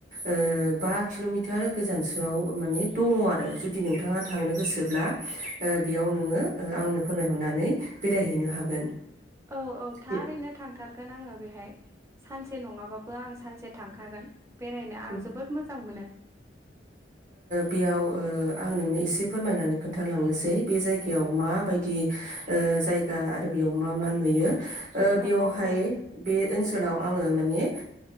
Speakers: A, on the right; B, on the right.
A: ओ बा किलमिटार गोजानसोआव माने दङ आरो जुदि नोंथाङा थांनो गोसोब्ला बेयाव नोङो आंनो फोरमायहरनानै बेरायहैनो हागोन
B: औ औ थारैनो
A: बे
B: थांथारगोन आङो बेहाय सानसे नङाबाबो आं सानसे थांखागोन। बेरायनो आं
A: उम
B: जोबोद मोजां मोनो।
A: बेयाव ओ आं नोंनो एसे फोरमायनानै खोन्थालांनोसै बे जायगायाव माबायदि ओ जायगा आरो बेयाव मा मा नुयो। ओ
B: नंगौ
A: बेवहाय
B: औ
A: बे ओनसोलाव आङो माने